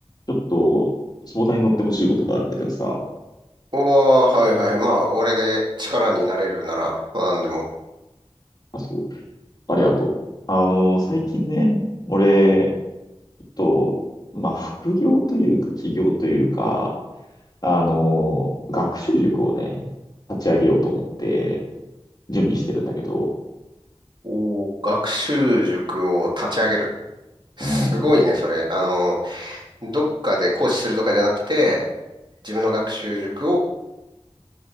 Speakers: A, on the left; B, on the right.
A: ちょっと、相談に乗ってほしいことがあるんだけどさ。
B: おー、はいはい。まあ、俺で力になれるなら、まあ何でも。
A: あ、そう。ありがとう。あの、最近ね、俺、ちょっと、まあ、副業というか、起業というか、あの、学習塾をね、立ち上げようと思って、準備してるんだけど、
B: おー、学習塾を立ち上げる。すごいね、
A: うん。
B: それ。あの、どっかで講師するとかじゃなくて、自分の学習塾を